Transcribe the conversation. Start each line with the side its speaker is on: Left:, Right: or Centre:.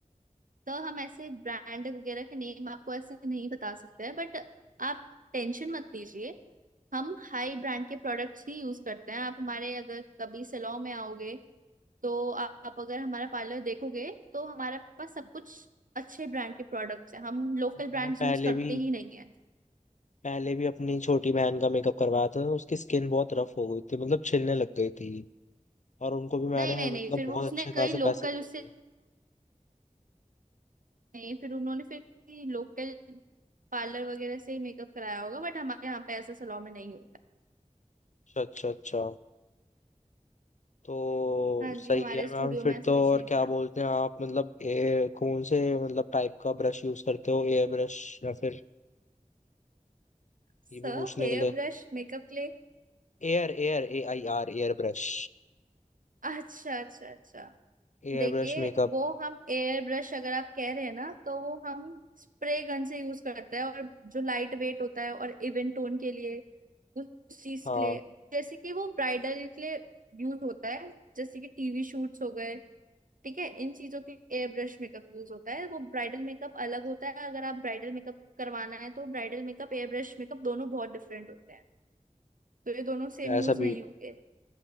Right: तो हम ऐसे ब्रांड वगैरह के नेम आपको ऐसे नहीं बता सकते हैं बट आप टेंशन मत लीजिए हम हाई ब्रांड के प्रोडक्ट्स ही यूज करते हैं आप हमारे अगर कभी सैलून में आओगे तो आ- आप अगर हमारा पार्लर देखोगे तो हमारे पास सब कुछ अच्छे ब्रांड के प्रोडक्ट्स हैं हम लोकल
Left: मैंने
Right: ब्रांड्स
Left: पहले
Right: यूज करते
Left: भी
Right: ही नहीं है
Left: पहले भी अपनी छोटी बहन का मेकअप करवाया था उसकी स्किन बहुत रफ हो गई थी मतलब छिलने लग गई थी और उनको भी मैंने
Right: नहीं नहीं
Left: मतलब
Right: नहीं फिर
Left: बहुत
Right: वो उसने
Left: अच्छे खासे
Right: कई लोकल
Left: पैसे दिए
Right: उससे
Left: थे
Right: नहीं फिर उन्होंने फिर लोकल पार्लर वगैरह से ही मेकअप कराया होगा बट हमारे यहाँ पे ऐसा सैलून में नहीं
Left: अच्छा अच्छा अच्छा तो
Right: हाँ जी
Left: सही
Right: हमारे
Left: है
Right: स्टूडियो
Left: मैम फिर
Right: में ऐसा
Left: तो
Right: कुछ
Left: और
Right: नहीं होगा
Left: क्या बोलते हैं आप मतलब ए, कौन से मतलब टाइप का ब्रश यूज करते हो एयर ब्रश या फिर
Right: Sir
Left: ये भी पूछने
Right: hair
Left: के लिए
Right: brush makeup clay
Left: air air A I R air brush
Right: अच्छा अच्छा अच्छा
Left: Air
Right: देखिए
Left: brush makeup
Right: वो हम एयर ब्रश अगर आप कह रहे हैं ना तो वो हम स्प्रे गन से यूज करते हैं और जो लाइट वेट होता है और इवन टोन के लिए उस चीज
Left: हाँ
Right: के लिए जैसे कि वो ब्राइडल के लिए यूज होता है जैसे कि टीवी शूट्स हो गए ठीक है इन चीजों के एयर ब्रश मेकअप यूज होता है वो ब्राइडल मेकअप अलग होता है अगर आप ब्राइडल मेकअप करवाना है तो bridal makeup air brush makeup दोनों बहुत डिफरेंट होते हैं तो ये दोनों सेम
Left: ऐसा
Right: यूज
Left: भी
Right: नहीं होंगे